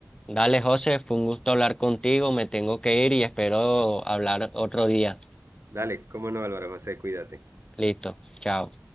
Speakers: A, on the left (about 20°); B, on the right (about 70°).
A: Dale, José, fue un gusto hablar contigo. Me tengo que ir y espero hablar otro día.
B: Dale, cómo no, Álvaro José, cuídate.
A: Listo, chao.